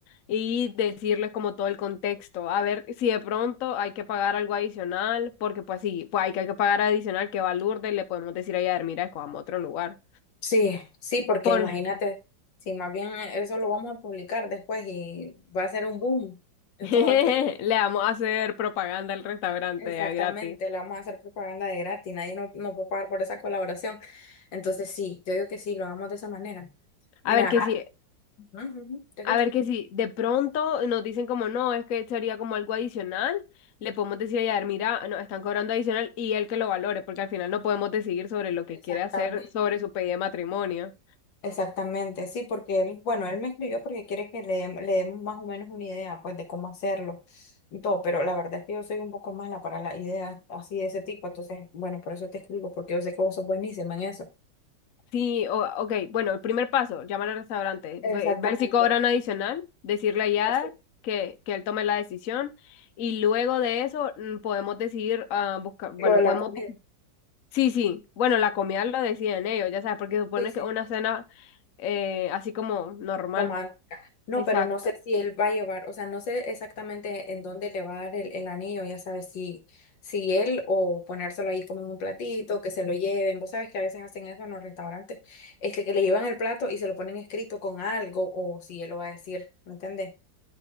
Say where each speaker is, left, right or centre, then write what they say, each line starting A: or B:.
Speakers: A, on the left; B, on the left.
A: y decirles como todo el contexto, a ver si de pronto hay que pagar algo adicional, porque pues sí, pues hay que, hay que pagar adicional que va Lourdes, le podemos decir a ella, mira, escojamos otro lugar.
B: Sí, sí, porque
A: Por
B: imagínate, si más bien eso lo vamos a publicar después y va a ser un boom
A: <laughs>
B: en
A: le
B: todo aquí.
A: vamos a hacer propaganda al restaurante
B: Exactamente,
A: ya gratis.
B: le vamos a hacer propaganda de gratis, nadie no, no puede pagar por esa colaboración. Entonces sí, yo digo que sí, lo hagamos de esa manera. Mira,
A: A ver que sí,
B: ujú, ujú, te escucho.
A: A ver que si de pronto nos dicen como no, es que sería como algo adicional, le podemos decir a Yadar, mira, no, están cobrando adicional y él que lo valore, porque al final no podemos decidir sobre lo que
B: Exactamente,
A: quiere hacer sobre su pedido de matrimonio.
B: exactamente, sí, porque él, bueno, él me escribió porque quiere que le, dem- le demos más o menos una idea, pues, de cómo hacerlo y todo, pero la verdad es que yo soy un poco mala para las ideas así de ese tipo, entonces, bueno, por eso te escribo, porque yo sé que vos sos buenísima en eso.
A: Sí, o, ok, bueno, el primer paso, llamar al restaurante,
B: Exactamente,
A: ve- ver si cobran adicional, decirle a Yadar
B: eso,
A: que, que él tome la decisión y luego de eso mm, podemos decidir ah, buscar, bueno,
B: lo de la
A: podemos,
B: comida.
A: bu- sí, sí, bueno, la comida lo deciden ellos, ya sabes, porque supone
B: Sí, sí.
A: que una cena eh, así como normal.
B: romántica. No,
A: Exacto.
B: pero no sé si él va a llevar, o sea, no sé exactamente en dónde le va a dar el, el anillo, ya sabes, si, si él o ponérselo ahí como en un platito, que se lo lleven. Vos sabes que a veces hacen eso en los restaurantes, este, que le llevan el plato y se lo ponen escrito con algo, o si él lo va a decir, ¿me entendés?